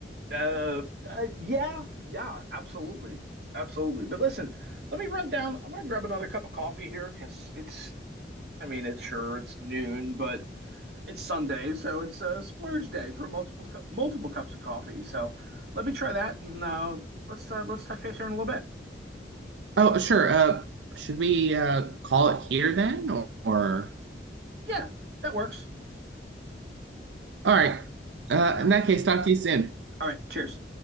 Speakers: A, on the right; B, on the right.
A: uh, uh yeah yeah absolutely absolutely but listen let me run down I'm gonna grab another cup of coffee here because it's I mean it's sure it's noon but it's Sunday, so it's a splurge day for multiple multiple cups of coffee. So let me try that, and uh, let's uh, let's touch base here in a little bit.
B: Oh, sure. Uh, should we uh call it here then, or?
A: Yeah, that works.
B: All right. Uh,
A: All
B: in that case, talk to you soon.
A: right, cheers.